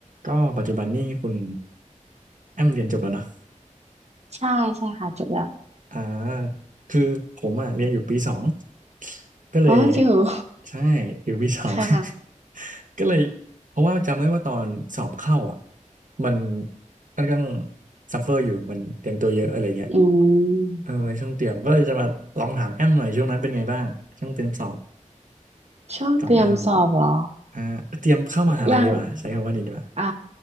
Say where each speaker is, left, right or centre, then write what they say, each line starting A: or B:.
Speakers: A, on the right; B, on the right.
A: ก็ปัจจุบันนี่คุณแอมเรียนจบแล้วเนาะ
B: ใช่ใช่ค่ะจบแล้ว
A: อ่าคือผมอ่ะเรียนอยู่ปีสองก็เลย
B: อ๋อจริงเหรอ
A: ใช่อยู่ปีสอง
B: ค่ะค่ะ
A: <laughs> ก็เลยเพราะว่าจำได้ว่าตอนสอบเข้าอ่ะมันค่อนข้างซัฟเฟอร์อยู่มันเตรียมตัวเยอะอะไรเงี้ย
B: อืม
A: เออช่วงเตรียมก็เลยจะมาลองถามแอมหน่อยช่วงนั้นเป็นไงบ้างช่วงเตรียมสอบ
B: ช่วงเตรียมสอบเหรอ
A: ของแอมอ่าเตรียมเข้ามหาลัยดีกว่าใช้คำว่านี้ดีกว่า
B: ยังอ่า